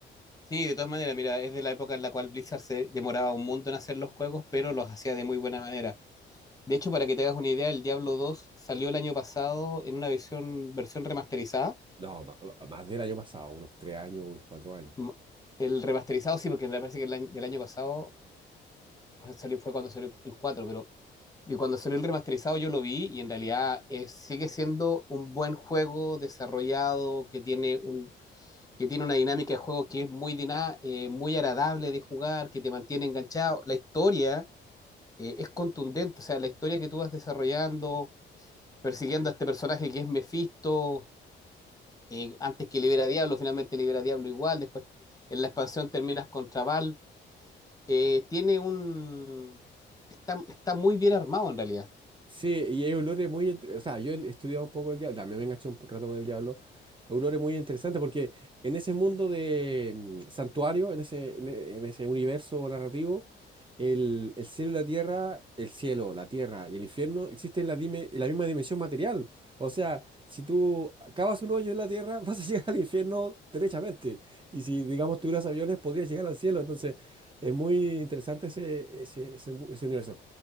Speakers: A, on the left; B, on the right.
A: Sí, de todas maneras, mira, es de la época en la cual Blizzard se demoraba un mundo en hacer los juegos, pero los hacía de muy buena manera. De hecho, para que te hagas una idea, el Diablo 2 salió el año pasado en una versión, versión remasterizada.
B: No, ma- ma- más del año pasado, unos tres años, unos cuatro años.
A: M- El remasterizado sí, porque me parece que el año, del año pasado pues, salió, fue cuando salió el 4, pero Y cuando salió el remasterizado yo lo vi y en realidad eh, sigue siendo un buen juego desarrollado que tiene un, que tiene una dinámica de juego que es muy, diná- eh, muy agradable de jugar, que te mantiene enganchado. La historia eh, es contundente, o sea, la historia que tú vas desarrollando, persiguiendo a este personaje que es Mephisto, eh, antes que libera a Diablo, finalmente libera a Diablo igual, después en la expansión terminas contra Val, eh, tiene un... Está, está muy bien armado en realidad.
B: Sí, y hay olores muy... entre- O sea, yo he estudiado un poco el diablo, también me enganché un rato con el diablo. Olores muy interesantes porque en ese mundo de mm, santuario, en ese, en e- en ese universo narrativo, el, el cielo y la tierra, el cielo, la tierra y el infierno existen en la, dime- en la misma dimensión material. O sea, si tú cavas un hoyo en la tierra, <laughs> vas a llegar al infierno derechamente. Y si, digamos, tuvieras aviones, podrías llegar al cielo. Entonces, es muy interesante ese, ese, ese mu- ese universo.